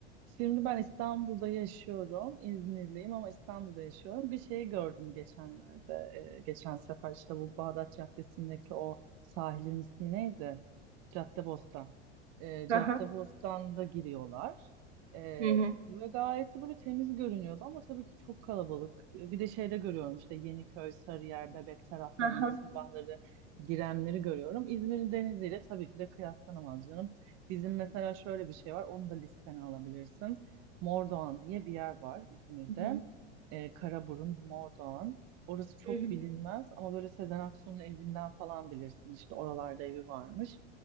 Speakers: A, on the right (about 45°); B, on the right (about 85°).
A: Şimdi ben İstanbul'da yaşıyorum. İzmirliyim ama İstanbul'da yaşıyorum. Bir şeyi gördüm geçenlerde. e, geçen sefer işte bu Bağdat Caddesi'ndeki o sahilin ismi neydi? Caddebostan. E, Caddebostan'da
B: Hı hı.
A: giriyorlar. E,
B: Hı hı.
A: ve gayet de böyle temiz görünüyordu ama tabii ki çok kalabalık. E, Bir de şeyde görüyorum işte Yeniköy, Sarıyer, Bebek taraflarında
B: Hı hı.
A: sabahları girenleri görüyorum. İzmir'in deniziyle tabii ki de kıyaslanamaz canım. Bizim mesela şöyle bir şey var. Onu da listene alabilirsin. Mordoğan diye bir yer var İzmir'de.
B: Hı hı.
A: Ee, Karaburun, Mordoğan. Orası çok
B: Hı hı.
A: bilinmez ama böyle Sezen Aksu'nun evinden falan bilirsin. İşte oralarda evi varmış.